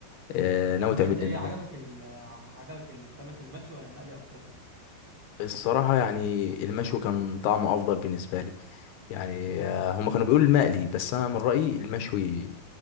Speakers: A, on the left; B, on the right.
A: آه ناوي
B: طب
A: تعمل
B: انت ايه
A: لنا
B: عجبك
A: ايه
B: ال... ع- عجبك السمك المشوي ولا المقلي اكتر
A: الصراحه يعني المشوي كان طعمه افضل بالنسبه لي يعني آه هم كانوا بيقولوا المقلي بس انا من رايي المشوي